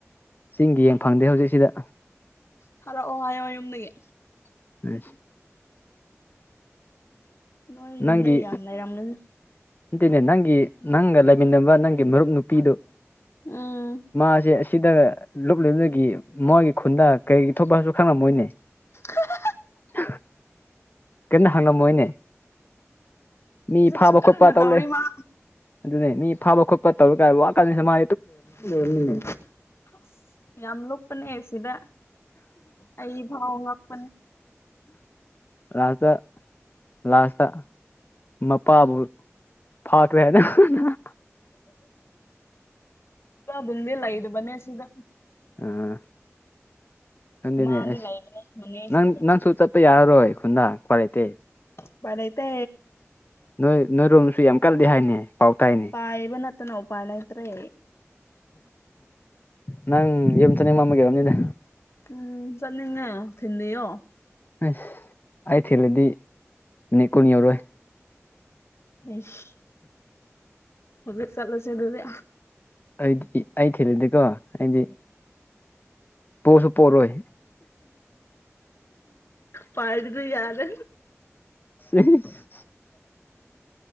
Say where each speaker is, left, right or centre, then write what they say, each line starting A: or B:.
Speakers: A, on the left; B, on the left.
A: ꯆꯤꯡꯒꯤ ꯌꯦꯡ ꯐꯪꯗꯦ ꯍꯧꯖꯤꯛ ꯁꯤꯗ
B: ꯊꯥꯔꯛꯑꯣ ꯍꯥꯏꯌꯣ ꯌꯨꯝꯗꯒꯤ
A: <unintelligible>
B: ꯅꯣꯏ ꯌꯨꯝꯗ
A: ꯅꯪꯒꯤ
B: ꯌꯥꯝ ꯂꯩꯔꯝꯒꯅꯤ
A: ꯅꯇꯦꯅꯦ ꯅꯪꯒꯤ ꯅꯪꯒ ꯂꯩꯃꯤꯟꯅꯕ ꯅꯪꯒꯤ ꯃꯔꯨꯞ ꯅꯨꯄꯤꯗꯨ
B: ꯎꯝ
A: ꯃꯥꯖꯦ ꯑꯁꯤꯗ <unintelligible> ꯃꯣꯏꯒꯤ ꯈꯨꯟꯗ ꯀꯔꯤ ꯊꯣꯛꯄꯁꯨ ꯈꯪꯉꯝꯃꯣꯏꯅꯦ
B: <unintelligible>
A: <unintelligible> ꯀꯟꯅ ꯍꯪꯉꯝꯃꯣꯏꯅꯦ ꯃꯤ
B: ꯍꯧꯖꯤꯛꯁꯨ
A: ꯐꯥꯕ
B: ꯀꯟꯅ
A: ꯈꯣꯠꯄ ꯇꯧꯂꯩ
B: ꯇꯧꯔꯤ ꯃꯥ
A: ꯑꯗꯨꯅꯦ ꯃꯤ ꯐꯥꯕ ꯈꯣꯠꯄ ꯇꯧꯔ <unintelligible> ꯋꯥꯈꯟꯁꯦꯅ ꯃꯥ
B: <unintelligible> ꯑꯁ ꯌꯥꯝ ꯂꯨꯞꯄꯅꯦ ꯁꯤꯗ ꯑꯩ ꯐꯥꯎ ꯉꯛꯄꯅꯦ
A: ꯂꯥꯁꯇ ꯂꯥꯁꯇ ꯃꯄꯥꯕꯨ ꯐꯥꯈ꯭ꯔꯦ ꯍꯥꯏꯅ <unintelligible>
B: ꯆꯕꯝꯗꯤ ꯂꯩꯔꯕꯅꯦ ꯁꯤꯗ
A: ꯑ ꯑꯗꯨꯅꯦ
B: ꯃꯃꯥꯗꯤ
A: ꯑꯁ
B: ꯂꯩꯕꯅꯦ ꯃꯅꯦꯁꯤꯡꯗ
A: ꯅꯪ ꯅꯪꯁꯨ ꯆꯠ ꯄ ꯌꯥꯔꯔꯣꯏ ꯈꯨꯟꯗꯥ ꯎꯄꯥꯏ ꯂꯩꯇꯦ
B: ꯎꯄꯥꯏ ꯂꯩꯇꯦ
A: ꯅꯣꯏ ꯅꯣꯏꯔꯣꯝꯁꯨ ꯌꯥꯝ ꯀꯜꯂꯤ ꯍꯥꯏꯅꯦ ꯄꯥꯎ ꯇꯥꯏꯅꯦ
B: ꯄꯥꯏꯕ ꯅꯠꯇꯅ ꯎꯄꯥꯏ ꯂꯩꯇꯔꯦ
A: ꯅꯪ ꯌꯨꯝ ꯆꯠꯅꯤꯡꯃꯟꯕꯒꯤ ꯑꯣꯏꯔꯝꯅꯤꯗ
B: ꯎꯝ ꯆꯠꯅꯤꯡꯉꯦ ꯊꯤꯟꯕꯤꯌꯣ
A: ꯑꯁ ꯑꯩ ꯊꯤꯜꯂꯗꯤ ꯃꯤꯅꯠ ꯀꯨꯟ ꯌꯧꯔꯣꯏ
B: ꯏꯁ ꯍꯧꯖꯤꯛ ꯆꯠꯂꯁꯤ ꯑꯗꯨꯗꯤ
A: ꯑꯩꯗꯤ ꯑꯩ ꯊꯤꯜꯂꯗꯤꯀꯣ ꯍꯥꯏꯗꯤ ꯄꯣꯁꯨ ꯄꯣꯔꯣꯏ
B: ꯄꯥꯏꯕꯗꯨ ꯌꯥꯗꯦ
A: <unintelligible>